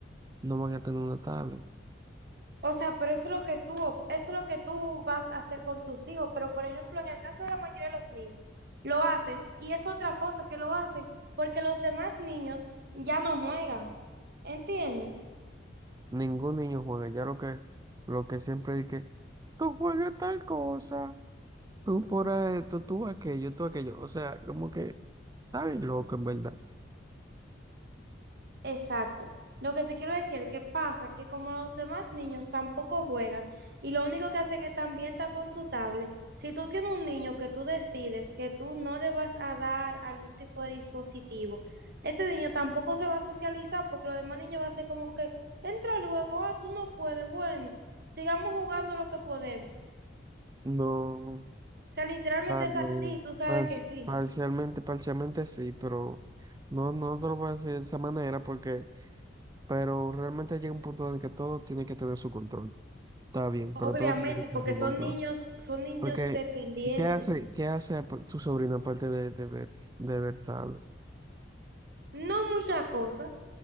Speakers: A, on the right (about 20°); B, on the right (about 55°).
A: No van a tener una tablet.
B: O sea, pero eso es lo que tú, eso es lo que tú vas a hacer con tus hijos. Pero, por ejemplo, en el caso de la mayoría de los niños, lo hacen y es otra cosa que lo hacen porque los demás niños ya no juegan. ¿Entiendes?
A: Ningún niño juega. Ya lo que, lo que siempre dije, tú juegas tal cosa. tú fuera esto, tú aquello, tú aquello. O sea, como que está bien loco, en verdad.
B: Exacto. Lo que te quiero decir es que pasa que como los demás niños tampoco juegan y lo único que hacen es también estar con su tablet, si tú tienes un niño que tú decides que tú no le vas a dar algún tipo de dispositivo, ese niño tampoco se va a socializar porque los demás niños va a ser como que entra al juego, ah, tú no puedes, bueno, sigamos jugando lo que podemos.
A: No,
B: O sea, literalmente
A: tal
B: es
A: vez,
B: así, tú sabes
A: parci-
B: que sí,
A: parcialmente, parcialmente sí, pero no, no te lo voy a decir de esa manera porque, pero realmente llega un punto en el que todo tiene que tener su control. Está bien,
B: obviamente,
A: pero todo tiene que tener
B: porque
A: su
B: son
A: control.
B: niños, son niños
A: Porque,
B: dependientes.
A: ¿qué hace, qué hace ap- tu sobrina aparte de, de ver, de ver tablet?
B: No mucha cosa.